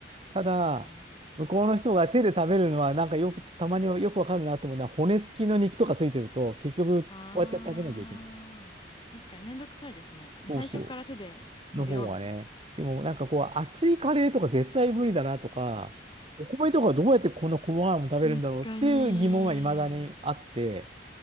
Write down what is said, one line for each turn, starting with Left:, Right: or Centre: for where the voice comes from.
Right: ただ、
Left: るほどね。
Right: 向こうの人が手で食べるのはなんかよく、たまにはよくわかるなと思うのは骨付きの肉とかついてると結局こうやって食べなきゃいけない。
Left: あー確かにめんどくさいですね。もう最初から手で食べようみたいな。
Right: そうそう。の方がね。でもなんかこう熱いカレーとか絶対無理だなとか、お米とかどうやってこの細かいもの食べるんだろうっていう疑問は未だにあって、
Left: 確かに。